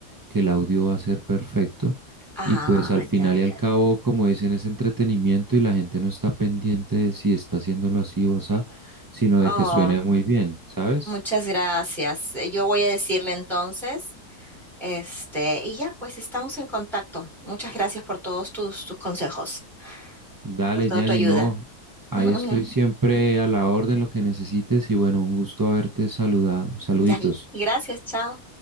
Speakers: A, on the right (about 25°); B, in the centre.
A: que el audio va a ser perfecto
B: Ah,
A: y pues al final
B: ya, ya.
A: y al cabo,
B: ya.
A: como dicen, es entretenimiento y la gente no está pendiente de si está haciéndolo así o así, sino de
B: Oh,
A: que suene muy bien, ¿sabes?
B: muchas gracias. Eh, Yo voy a decirle entonces, este, y ya, pues estamos en contacto. Muchas gracias por todos tus, tus consejos,
A: Dale,
B: por toda
A: Gianni,
B: tu ayuda.
A: no. Ahí
B: <laughs>
A: estoy siempre a la orden, lo que necesites. Y bueno, un gusto haberte saludado. Saluditos.
B: Ya, gracias, chao.